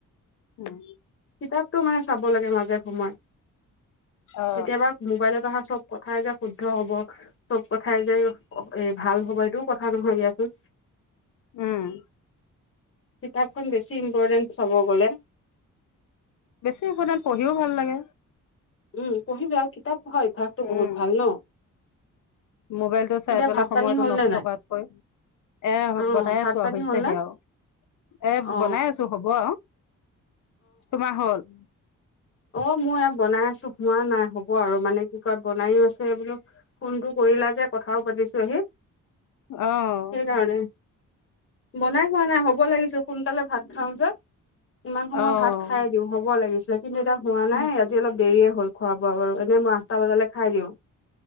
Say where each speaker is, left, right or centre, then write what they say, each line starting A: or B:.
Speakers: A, on the left (about 70°); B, on the left (about 40°).
A: উম'
B: কিতাপতটো মানে চাব লাগে মাজে সময়ে।
A: অ
B: কেতিয়াবা মোবাইলত অহা চব- কথাই যে শুদ্ধ হব চব কথাই যে এ ভাল হ'ব এইটোও কথা নহয় দিয়াচোন।
A: উম'
B: কিতাপখন বেছি ইম্পৰটেন্ট চাব গ'লে।
A: বেছি ইম্পৰটেন্ট পঢ়িও ভাল লাগে।
B: উম পঢ়িবা আৰু কিতাপ পঢ়া অভ্যাসটো
A: উম
B: বহুত ভাল ন।
A: মোবাইলটো চাই
B: এতিয়া
A: পেলাই
B: ভাত
A: সময়তটো
B: পানী হ'ল
A: নষ্ট
B: নে নাই
A: কৰাতকৈ। এ'
B: অ
A: বনাই
B: ভাত
A: আছো
B: পানী
A: আৰু হৈছেহি
B: হ'ল নে
A: আৰু এ
B: অ
A: 'বনাই আছো হ'ব আৰু। তোমাৰ হ'ল?
B: অঁ মই ইয়াত বনাই আছো হোৱা নাই হ'ব আৰু মানে কি কয় বনাইও আছো এই বোলো ফোনটো কৰিলা- যে কথাও পাতিছো আহি।
A: অঁহ
B: সেইকাৰণে বনাই হোৱা নাই হ'ব লাগিছিল সোনকালে ভাত খাওঁ যে। ইমান সময়
A: অ',
B: ভাত খাই দিওঁ হ'ব লাগিছিলে কিন্তু এতিয়া হোৱা
A: উম,
B: নাই আজি অলপ দেৰিয়ে- হ'ল খোৱা বোৱা বাৰু এনেই মই আঠটা বজালে খাই দিওঁ।